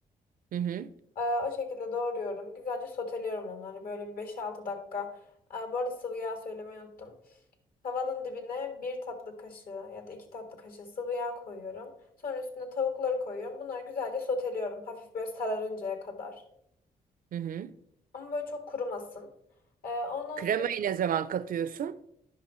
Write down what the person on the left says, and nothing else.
Ee, o şekilde doğruyorum. Güzelce soteliyorum onları. Böyle bir beş-altı dakika. Ee, bu arada sıvı yağ söylemeyi unuttum. Tavanın dibine bir tatlı kaşığı ya da iki tatlı kaşığı sıvı yağ koyuyorum. Sonra üstüne tavukları koyuyorum. Bunları güzelce soteliyorum. Hafif böyle sararıncaya kadar.
Ama böyle çok kurumasın. Ee, ondan
sonra